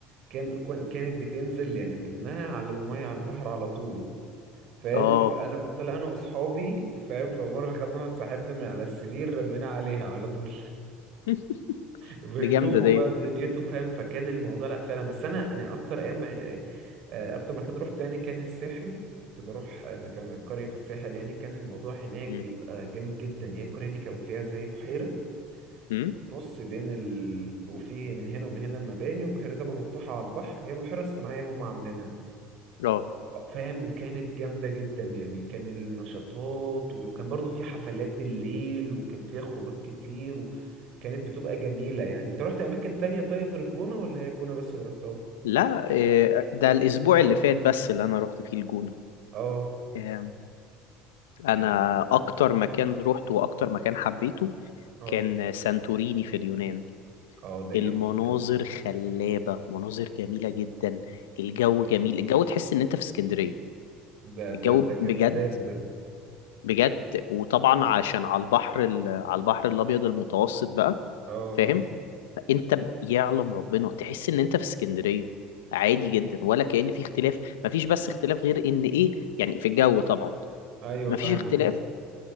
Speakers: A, on the right; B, on the left.
A: كان كان- كانت بتنزل يعني منها على الميه على البحر على طول فاهم
B: اه
A: فانا كنت طالع انا واصحابي فاهم فمره خدنا واحد صاحبنا من على السرير رمينا عليها على طول
B: <laughs>
A: بهدومه
B: دي جامدة دي
A: بقى بدنيته فاهم فكان الموضوع لا فعلا بس انا انا اكتر ايام آه، آه، اكتر مكان رحت يعني كان الساحل كنت بروح آه، مكان قرية في الساحل يعني كان الموضوع هناك
B: مم.
A: بيبقى جامد جدا هي القرية دي كان فيها زي بحيرة
B: مم.
A: في النص بين ال... وفي من هنا ومن هنا مباني والبحيرة طبعا مفتوحة على البحر وهي بحيرة صناعية هم عاملينها
B: اه
A: فاهم وكانت جامدة جدا يعني كان النشاطات ول- وكان برضو في حفلات بالليل وكان فيها خروجات كتير وكانت بتبقى جميلة يعني انت رحت اماكن تانية طيب غير الجونة ولا هي الجونة بس اللي رحتها
B: لا إيه، ده الأسبوع اللي فات بس اللي أنا روحت فيه الجونة
A: اه
B: إيه، أنا
A: يعني
B: أكتر مكان روحته وأكتر مكان حبيته
A: اه
B: كان سانتوريني في اليونان
A: اه ده
B: المناظر
A: جامد ده
B: خلابة مناظر جميلة جدا الجو
A: حلو
B: جميل الجو تحس إن أنت في اسكندرية
A: ده
B: الجو
A: ده ده جمدان
B: بجد
A: ده
B: بجد وطبعا عشان على البحر ال- على البحر الأبيض المتوسط بقى
A: اه
B: فاهم انت ب- يعلم ربنا تحس ان انت في اسكندرية عادي جدا ولا كأن في اختلاف مفيش بس اختلاف غير ان ايه يعني في الجو طبعا
A: ايوه
B: مفيش
A: فاهمك
B: اختلاف